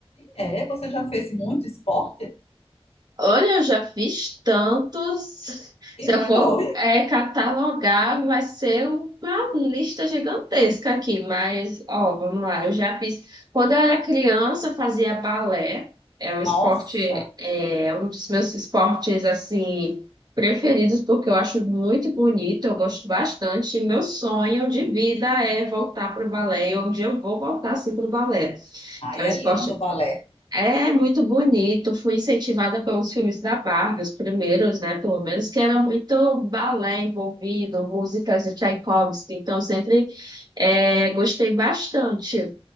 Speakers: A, on the left (about 75°); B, on the right (about 40°).
A: É, você já fez muito esporte?
B: Olha, eu já fiz tantos. <laughs> Se
A: E
B: eu for
A: foi?
B: é, catalogar, vai ser uma lista gigantesca aqui. Mas, ó, vamos lá. Eu já fiz. Quando eu era criança, eu fazia balé. É um esporte,
A: Nossa,
B: é um dos meus esportes, assim, preferidos, porque eu acho muito bonito. Eu gosto bastante. E meu sonho de vida é voltar para o balé. E um dia eu vou voltar, assim, para o balé.
A: aí
B: É um
A: é
B: esporte
A: lindo o balé.
B: é muito bonito. Fui incentivada pelos filmes da Barbie, os primeiros, né? Pelo menos, que era muito balé envolvido, músicas de Tchaikovsky. Então, eu sempre é, gostei bastante.